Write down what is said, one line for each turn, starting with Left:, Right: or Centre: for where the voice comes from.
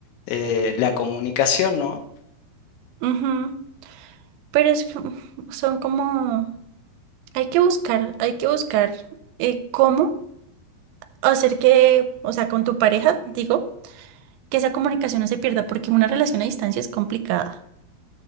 Left: eh, la comunicación, ¿no?
Right: Ujú. Pero es, que, mm, son como Hay que buscar, hay que buscar eh, cómo hacer que, o sea, con tu pareja, digo, que esa comunicación no se pierda, porque una relación a distancia es complicada.